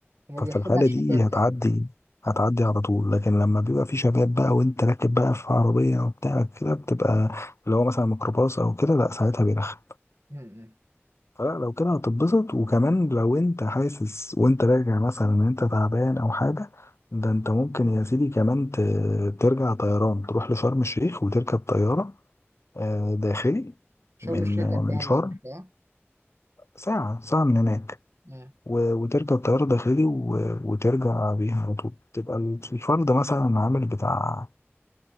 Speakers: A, on the right; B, on the left.
A: هما
B: ففي
A: بيحكموا
B: الحالة
A: على الشباب
B: دي هتعدي هتعدي على طول لكن لما بيبقى في شباب بقى وأنت راكب بقى في عربية وبتاع كده بتبقى اللي هو مثلا ميكروباص أو كده لأ ساعتها بيرخم
A: مم.
B: فلا لو كده هتتبسط وكمان لو انت حاسس وانت راجع مثلا ان انت تعبان او حاجة ده انت ممكن يا سيدي كمان ت- ترجع طيران تروح لشرم الشيخ وتركب طيارة آه، داخلي
A: شرم
B: من
A: الشيخ جنبها
B: من شرم
A: بالظبط اه
B: ساعة ساعة من هناك
A: مم.
B: و- وتركب طيارة داخلي و- وترجع بيها على طول تبقى الفرد مثلا عامل بتاع